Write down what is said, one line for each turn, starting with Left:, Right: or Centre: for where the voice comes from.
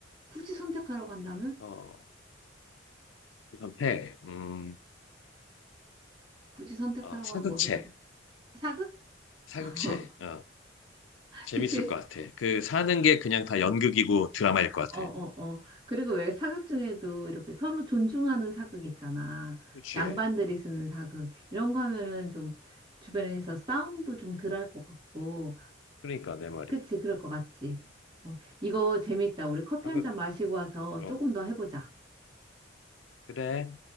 Right: 굳이 선택하라고 한다면?
Left: 어, 현태, 음,
Right: 굳이 선택하라고
Left: 어, 사극체,
Right: 하면 뭐 쓰거든? 사극?
Left: 사극체.
Right: <laughs>
Left: 어, 재밌을
Right: 그치?
Left: 것 같아. 그 사는 게 그냥 다 연극이고 드라마일 것
Right: 어,
Left: 같아.
Right: 어, 어. 그리고 왜 사극 중에도 이렇게 서로 존중하는 사극 있잖아.
Left: 그치.
Right: 양반들이 쓰는 사극. 이런 거 하면은 좀 주변에서 싸움도 좀 덜 할 것 같고.
Left: 그러니까 내 말이.
Right: 그치? 그럴 것 같지?
Left: 음,
Right: 어, 이거 재밌다. 우리 커피
Left: 사극,
Right: 한 잔 마시고 와서
Left: 어,
Right: 조금 더 해보자.
Left: 그래.